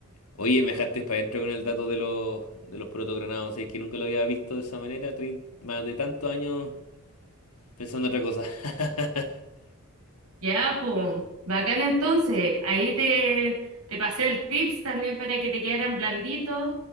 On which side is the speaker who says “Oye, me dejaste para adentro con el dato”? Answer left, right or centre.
Left